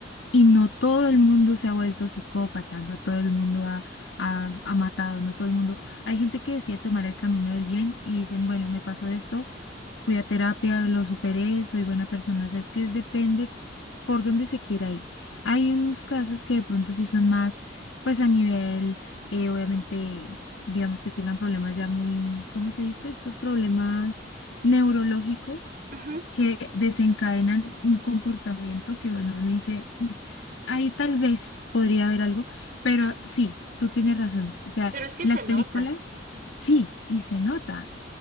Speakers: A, on the left (about 85°); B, on the right (about 50°).
A: y no todo el mundo se ha vuelto psicópata, no todo el mundo ha, ha, ha matado, no todo el mundo. Hay gente que decide tomar el camino del bien y dicen, bueno, me pasó esto, fui a terapia, lo superé, soy buena persona. O sea, es que es- depende por dónde se quiera ir. Hay unos casos que de pronto sí son más, pues a nivel, eh, obviamente, digamos que tengan problemas ya muy, ¿cómo se dice? Estos problemas neurológicos
B: ujú,
A: que desencadenan un comportamiento que, bueno, uno dice... Ahí tal vez podría haber algo, pero sí, tú tienes razón. O sea,
B: pero es que
A: las
B: se nota.
A: películas,
B: Ujú.
A: sí, y se nota.